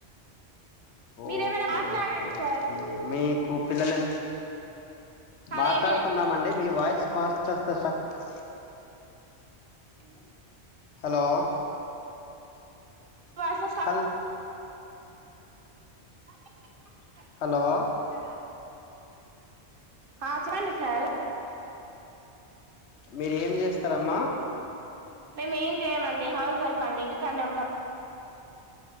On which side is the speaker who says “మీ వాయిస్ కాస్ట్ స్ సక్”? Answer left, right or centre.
Left